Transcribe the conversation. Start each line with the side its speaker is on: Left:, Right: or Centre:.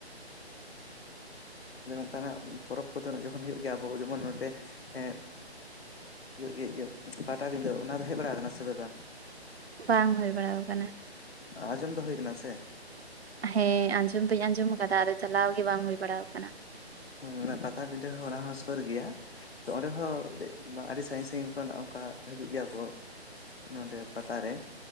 Left: ᱚᱱᱠᱟᱱᱟᱜ ᱯᱚᱨᱚᱵᱽ ᱠᱚᱫᱚ ᱡᱚᱠᱷᱚᱱ ᱦᱩᱭᱩᱜ ᱜᱮᱭᱟ ᱟᱵᱚ ᱡᱮᱢᱚᱱ ᱱᱚᱛᱮ ᱮ ᱤᱭᱩ ᱜᱮ ᱯᱟᱴᱟᱵᱤᱱᱫᱟᱹ ᱚᱱᱟ ᱨᱮ ᱦᱮᱡ ᱵᱟᱲᱟ ᱟᱠᱟᱱᱟ ᱥᱮ ᱯᱮ ᱵᱟᱝ
Right: ᱵᱟᱝ ᱦᱩᱭ ᱵᱟᱲᱟᱣ ᱟᱠᱟᱱᱟ
Left: ᱟᱸᱡᱚᱢ ᱫᱚ ᱦᱩᱭ ᱠᱟᱱᱟ ᱥᱮ
Right: ᱦᱮᱸ ᱟᱸᱡᱚᱢ ᱫᱚᱧ ᱟᱸᱡᱚᱢ ᱟᱠᱟᱫᱟ ᱟᱫᱚ ᱪᱟᱞᱟᱣ ᱜᱮ ᱵᱟᱝ ᱦᱩᱭ ᱵᱟᱲᱟᱣ ᱠᱟᱱᱟ
Left: ᱦᱮᱸ ᱚᱱᱟ ᱯᱟᱛᱟ ᱵᱤᱸᱰᱟᱹ ᱦᱚᱸ ᱚᱱᱟ ᱦᱚᱸ ᱥᱩᱨ ᱜᱮᱭᱟ ᱛᱚ ᱚᱸᱰᱮ ᱦᱚᱸ ᱟᱹᱰᱤ ᱥᱟᱹᱜᱤᱧ ᱥᱟᱹᱜᱤᱧ ᱠᱷᱚᱱᱟᱜ ᱚᱱᱠᱟ ᱦᱤᱡᱩᱜ ᱜᱮᱭᱟ ᱠᱚ ᱱᱚᱰᱮ ᱯᱟᱛᱟ ᱨᱮ